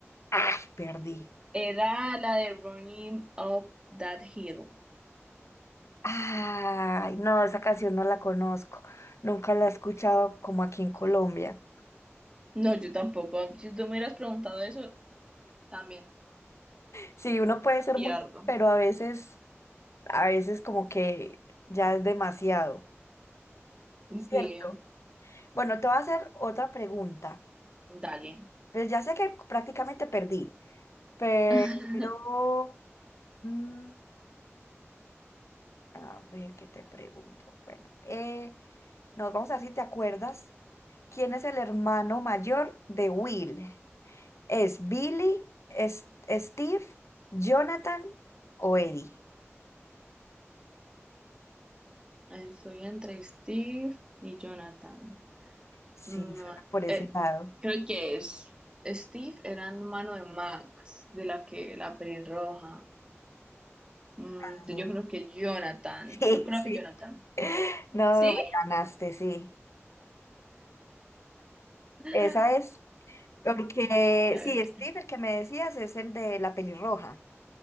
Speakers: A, on the left; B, on the right.
A: Ay, perdí.
B: era la de Running Up That Hill.
A: Ay, no, esa canción no la conozco. Nunca la he escuchado como aquí en Colombia.
B: No, yo tampoco. Si tú me hubieras preguntado eso, también
A: Sí, uno puede ser
B: pierdo.
A: muy, pero a veces, a veces como que ya es demasiado, ¿cierto?
B: Sí,
A: Bueno, te voy a hacer otra pregunta.
B: dale.
A: Pues ya sé que prácticamente perdí, pero...
B: <laughs>
A: mm, A ver, ¿qué te pregunto? Bueno, eh, nos vamos a ver si te acuerdas. ¿Quién es el hermano mayor de Will? ¿Es Billy, es- Steve, Jonathan o Eddie?
B: Estoy entre Steve y Jonathan.
A: Sí,
B: Mm,
A: suena por ese
B: eh,
A: lado. <laughs>
B: creo que es. Steve era hermano de Max, de la que la pelirroja. Mm,
A: Ah,
B: entonces yo creo que Jonathan.
A: Sí,
B: Yo creo
A: sí.
B: que Jonathan.
A: No,
B: ¿Sí?
A: me ganaste, sí.
B: <laughs>
A: Esa es. Porque,
B: Ok.
A: sí, Steve, el que me decías, es el de la pelirroja.